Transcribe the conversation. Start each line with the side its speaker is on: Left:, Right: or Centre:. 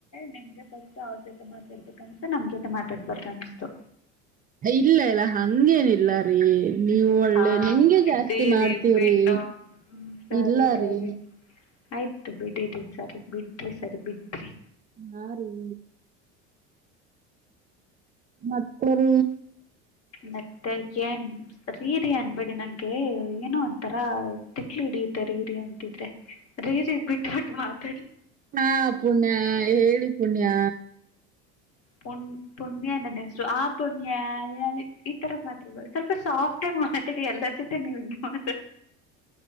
Left: ನಿಮ್ಗೆ ಫಸ್ಟ್ ಅವ್ರ ಜೊತೆ ಮಾತಾಡ್ಬೇಕ ಅನ್ತು ನಮ್ ಜೊತೆ ಮಾತಾಡ್ಬೇಕು ಅನ್ನಿಸಿತು
Right: ಇಲ್ಲ ಇಲ್ಲ ಹಂಗೇನಿಲ್ಲ ರೀ ನೀವು ಒಳ್ಳೆ
Left: ಹಾ
Right: ನಿಂಗೆ
Left: ಬಿಡ್ಡಿರಿ
Right: ಜಾಸ್ತಿ ಮಾಡ್ತೀವ್ರಿ
Left: ಬಿಡ್ ಸರಿ
Right: ಇಲ್ಲ
Left: ಸರಿ
Right: ರೀ
Left: ಆಯ್ತು ಬಿಡಿರಿ ಸರಿ ಬಿಡ್ರರಿ ಸರಿ ಬಿಡ್ರರಿ
Right: ನ ರೀ ಮತ್ತಿರಿ.
Left: ಮತ್ತೆ ಏನ್? ರೀ ರಿ ಅನ್ಬೇಡಿ ನಂಗೆ ಏನೊ ಒಂತರ ತಿಕ್ಲ್ ಹಿಡಿಯುತ್ತೆರೀ. ರಿ ರಿ ಅಂತಿದ್ರೆ ರೀ ಬಿಟ್ಬಿಟ್ಟ್ ಮಾತಾಡಿ.
Right: ಹಾ ಪುಣ್ಯ ಹೇಳಿ ಪುಣ್ಯ.
Left: ಪು ಪುಣ್ಯ ನನ್ ಹೆಸ್ರು ಆ ಪುಣ್ಯ ಈ ತರ ಮಾತ್ರ ಸ್ವಲ್ಪ ಸಾಫ್ಟ್ ಗ್ ಮಾತಾಡಿ ಎಲ್ಲರ ಜೊತೆ ನೀಮ್ ಮಾತ